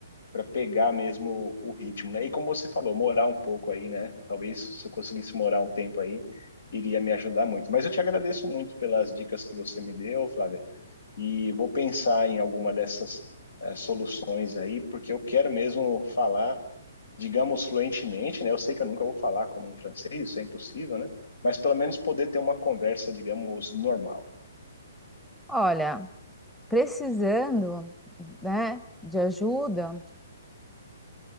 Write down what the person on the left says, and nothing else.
para pegar mesmo o ritmo, né? E como você falou, morar um pouco aí, né? Talvez se eu conseguisse morar um tempo aí, iria me ajudar muito. Mas eu te agradeço muito pelas dicas que você me deu, Flávia e vou pensar em alguma dessas eh, soluções aí, porque eu quero mesmo falar, digamos, fluentemente, né? Eu sei que eu nunca vou falar como um francês, isso é impossível, né? Mas pelo menos poder ter uma conversa, digamos, normal.